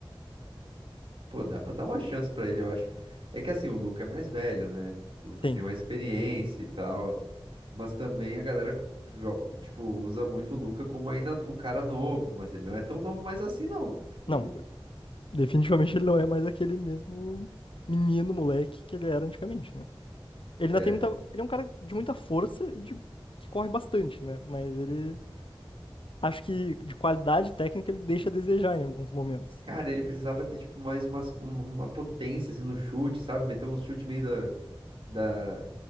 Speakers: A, on the right; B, on the left.
A: Pô, dá pra dar uma chance pra ele, eu acho. É que assim, o Luca é mais velho, né? O Luca
B: Sim.
A: tem mais experiência e tal. Mas também a galera, jo- tipo, usa muito o Luca como ainda o cara novo. Mas ele não é tão novo mais assim, não. Tipo.
B: Não, definitivamente ele não é mais aquele mesmo menino, moleque que ele era antigamente, né? Ele ainda
A: é,
B: tem muita... Ele é um cara de muita força e de... que corre bastante, né? Mas ele acho que de qualidade técnica ele deixa a desejar em alguns momentos.
A: Cara, ele precisava ter, tipo, mais uma, uma potência, assim, no chute, sabe? Meter um chute meio da, da-